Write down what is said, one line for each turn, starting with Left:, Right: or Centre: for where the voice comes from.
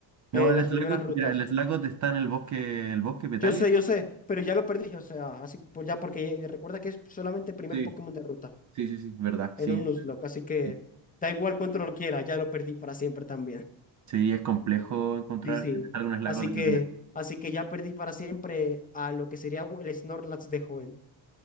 Left: en
Right: No, el
Left: las
Right: Slagot,
Left: primeras rutas.
Right: mira, el Slagot está en el bosque, el bosque Petalia.
Left: Yo sé, yo sé, pero ya lo perdí, o sea, así pues ya porque eh, recuerda que es solamente el primer
Right: Sí,
Left: Pokémon de ruta
Right: sí, sí, sí, verdad,
Left: en
Right: sí.
Left: un Nuzlocke, así que
Right: Sí,
Left: da igual cuánto lo quiera, ya lo perdí para siempre también. <laughs>
Right: Sí, es complejo encontrar
Left: Sí, sí.
Right: que te salga un Slagot
Left: Así
Right: en
Left: que,
Right: el primero.
Left: así que ya perdí para siempre a lo que sería el Snorlax de joven.